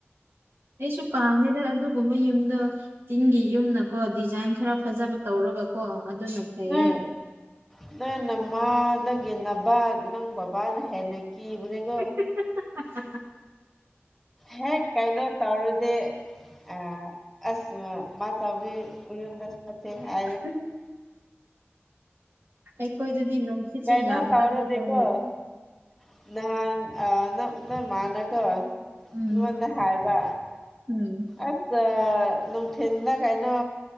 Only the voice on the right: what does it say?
ꯑꯩꯁꯨ ꯄꯥꯝꯗꯦꯗ ꯑꯗꯨꯒꯨꯝꯕ ꯌꯨꯝꯗ꯫ ꯇꯤꯟꯒꯤ ꯌꯨꯝꯅꯀꯣ ꯗꯤꯖꯥꯏꯟ ꯈꯔ ꯐꯖꯕ ꯇꯧꯔꯒꯀꯣ ꯑꯗꯨꯅ ꯐꯩꯌꯦ
ꯍꯦ ꯍꯦ ꯍꯥꯍꯥ
<unintelligible> ꯑꯩꯈꯣꯏꯗꯗꯤ ꯅꯨꯡꯁꯤꯠꯁꯨ
ꯌꯥꯝ
ꯀꯟꯗꯤ ꯀꯟꯂꯦ
ꯎꯝ
ꯎꯝ